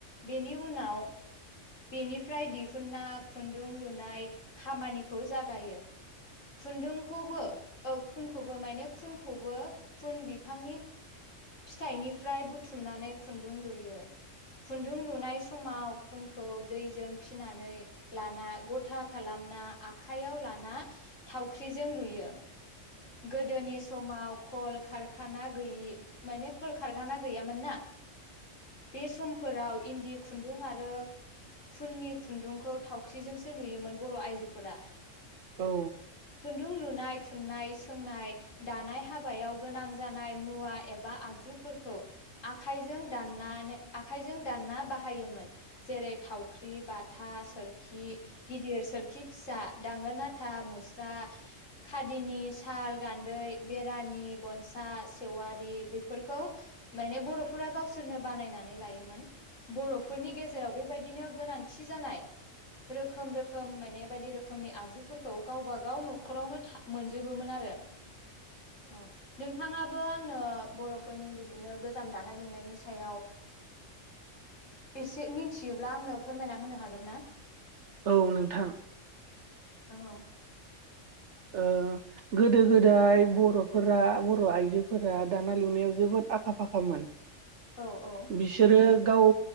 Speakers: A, on the left; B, on the right.
A: बेनि नाव बेनिफ्राय दिहुना खुन्दुं लुनाय खामानिखौ जागायो। खुन्दुंखौबो औ खुनखौबो माने खुनखौबो खुन बिफांनि फिथाइनिफ्राय बुथुमनानै खुन्दुं लुयो। खुन्दुं लुनाय समाव खुनखौ दैजों फिनानै लाना गथा खालामना आखाइयाव लाना थावख्रिजों लुयो गोदोनि समाव खल खारखाना गैयि माने खल खारखाना गैयामोन ना बे समफोराव इन्दि खु खुन्दुं आरो खुननि खुन्दुंखौ थावख्रिजोंसो नुयोमोन बर आइजोफोरा
B: औ
A: खुन्दुं लुनाय थुननाय सोंनाय दानाय हाबायाव गोनां जानाय मुवा एबा आगजु फोरखौ आखाइजों दानना आखाइजों दानना बाहायोमोन जेरै थाव फख्रि बाथा सोरखि गिदिर सोरखि फिसा दांगोना था मुस्रा खादिनि साल गान्दै बेरानि गनसा सेवारि बेफोरखौ माने बरफोरा गावसोरनो बानायनानै लायोमोन। बरफोरनि गेजेराव बेबायदिनो गोनांथि जानाय रोखोम-रोखोम माने बायदि रोखोमनि आगजुफोर गावबा गाव नखरावनो मोनजोबोमोन आरो। अ नोंथाङा बो आंनो बरफोरनि बिदिनो गोजाम दानाय लुनायनि सायाव एसे मिथियोब्ला आंनो फोरमायना होनो हागोन ना?
B: औ नोंथां।
A: अ
B: ओ गोदो गोदाय बरफोरा बर आइजोफोरा दानाया लुनायाव जोबोद आखा फाखामोन।
A: औ औ
B: बिसोरो गाव